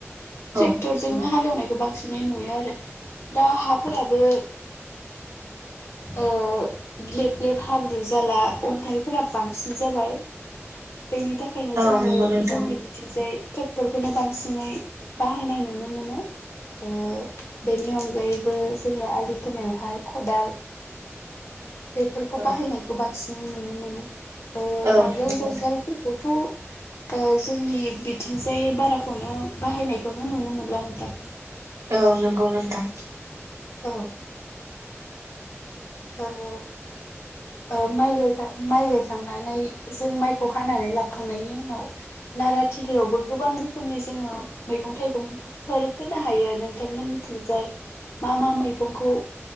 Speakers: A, on the left; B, on the right.
A: ट्रेक्टरजों
B: औ
A: नो हालौनाय खौ बांसिनै नुयो आरो दा हाफोराबो ओ ग्लेब ग्लेब हाब्रु जाला अन्थाइफोरा बांसिन जाबाय। बेनि थाखायनो
B: औ
A: जोङो
B: नंगौ नोंथां
A: जोंनि बिथिंजाय फोरखौनो बांसिनै बाहायनाय नुनो मोनो ओ बेनि अनगायैबो जोङो आलि खोनायावहाय खदाल बेफोरखौ
B: औ
A: बाहायनायखौ बांसिन जों नुनो मोनो ।
B: औ
A: नांगोल
B: नंगौ नोंथां
A: जुंगालफोरखौथ जोंनि बिथिं जाय बाराखौनो बाहायनायखौनो नुनो मोनला नोंथां
B: औ नंगौ नोंथां
A: औ । <unintelligible> माइाय माइ गायखांनानै जों माइखौ हानानै लाबोखांनायनि उनाव नाराथिलियावबो गोबां रोखोमनि जोङो मैगं थाइगंफोर फोनो हायो नोंथांमोननिथिंजाय मा मा मैगंखौ